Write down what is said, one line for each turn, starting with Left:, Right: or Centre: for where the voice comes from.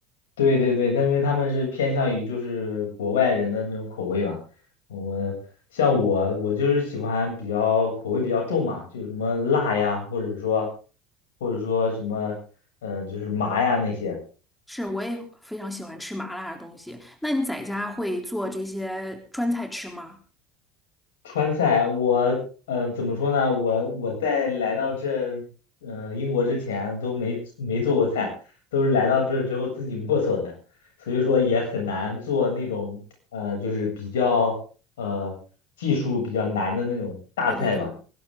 Left: 对对对，但因为他们是偏向于就是国外人的那种口味嘛。我们像我，我就是喜欢比较口味比较重嘛，就什么辣呀，或者说或者说什么，嗯、就是麻呀那些。
Centre: 是，我也非常喜欢吃麻辣的东西。那你在家会做这些川菜吃吗？
Left: 川菜，我呃怎么说呢？我我在来到这呃英国之前都没没做过菜，都是来到这之后自己摸索的，所以说也很难做那种呃就是比较呃技术比较难的那种大菜吧。
Centre: 对对对